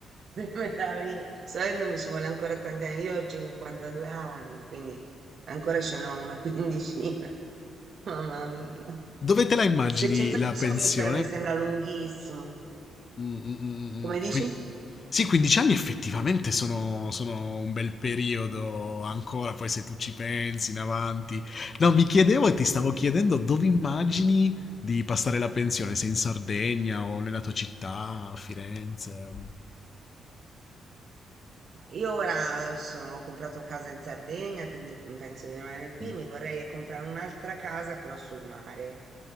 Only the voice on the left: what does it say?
Dove te la immagini
la pensione?
Mh, mh, mh, mh,
mh.
Qui sì, 15 anni effettivamente sono sono un bel periodo ancora, poi se tu ci pensi in avanti. No, mi chiedevo e ti stavo chiedendo dove immagini di passare la pensione, se in Sardegna o nella tua città, a Firenze.
Mh.